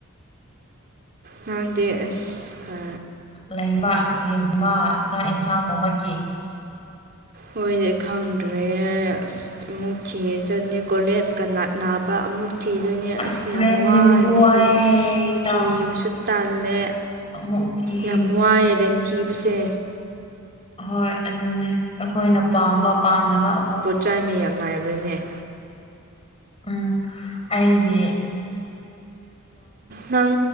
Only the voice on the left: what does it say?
ꯂꯩꯕꯒꯦꯁꯨꯝ ꯑꯃ ꯆꯥꯛ ꯌꯦꯟꯁꯥꯡꯒꯨꯝ ꯑꯃꯒꯤ
ꯑꯁ
ꯔꯦꯟ
ꯊꯤꯕꯁꯨ ꯋꯥꯏꯌꯦ
ꯏꯇꯥꯎ
ꯑꯃꯨꯛ ꯊꯤ
ꯍꯣꯏ ꯑꯗꯨꯅꯦ ꯑꯩꯈꯣꯏꯅ ꯄꯥꯝꯕ ꯄꯥꯝꯅꯕ ꯑꯃꯨꯛ
ꯎꯝ ꯑꯩꯁꯦ